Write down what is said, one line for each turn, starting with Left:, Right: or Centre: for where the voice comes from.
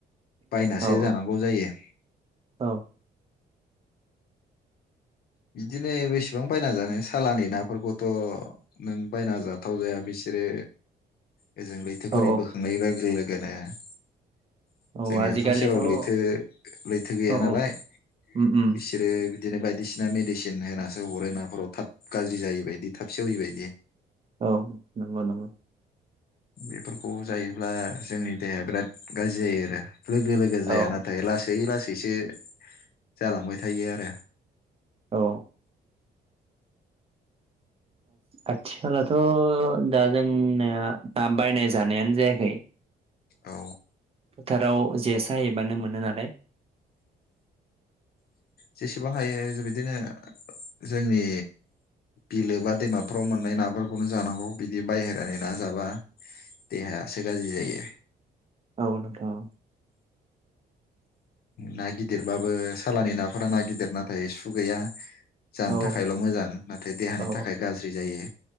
Left: बायनासो
Right: औ
Left: जानांगौ जायो।
Right: औ
Left: बिदिनो बेसेबां बायना जानो सालानि नाफोरखौथ' नों बायना जाथाव जाया बिसोरो ओजों लैथो
Right: औ
Left: फोरि बोखांनाय लोगो <unintelligible> <unintelligible>
Right: औ
Left: जोंनि
Right: आजिखालिथ'
Left: हाखर सेराव
Right: औ
Left: लैथो लैथो गैया
Right: औ
Left: नालाय
Right: उम उम
Left: बिसोरो बिदिनो बायदिसिना मेडिसिन होनासो हरो नाफोराव थाब गाज्रि जायि बायदि थाब सेवि बायदि।
Right: औ नंगौ नंगौ।
Left: बेफोरखौ जायोब्ला जोंनि देहाया बिराद गाज्रि जायो आरो। लोगो लोगो
Right: औ
Left: जाया नाथाय लासै लासै इसो जालांबाय थायो आरो।
Right: औ। आथिखलाथ'। दा जोंनिया दा बायनाय जानायानो जायाखै।
Left: औ।
Right: फोथाराव जे साहबानो मोनो नालाय।
Left: जेसेबां हायो बिदिनो जोंनि बिलो बा दैमाफोराव मोननाय नाफोरखौनो जानांगौ बिदि बायहेरानि ना जाबा देहायासो गाज्रि जायो।
Right: औ नोंथां।
Left: ना गिदिरबाबो सालानि नाफोरा ना गिदिर नाथाय सु गैया। जानो
Right: औ
Left: थाखायल' मोजां नाथाय देहानि
Right: औ
Left: थाखाय गाज्रि जायो